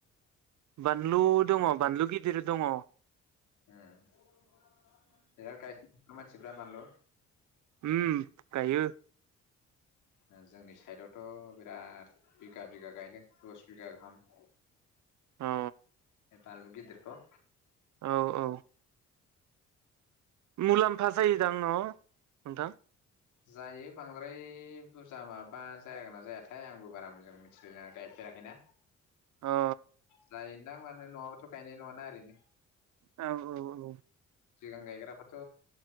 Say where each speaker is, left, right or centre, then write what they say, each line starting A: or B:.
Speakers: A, on the right; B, on the left.
A: बानलु दङ बानलु गिदिर दङ
B: उम बिराद गा मानसिफ्रा बानलु
A: उम गायो
B: ओ जोंनि साइदआवथ' बिराद बिगा बिगा गायदों दस बिगा गाहाम
A: अ
B: बे बानलु गेदेरखौ
A: औ औ मुलाम्फा जायोदां न' नोंथां
B: जायो बांद्राय बुरजा माबा जायागोन ना जायाथाय आंबो बारा मोजां मिथिलाय गायफेराखैना
A: अ
B: जाय दाम मोननाय नङाबाथ' गायनाय नङाना ओरैनो
A: औ औ औ
B: सिगां गायग्राबाथ'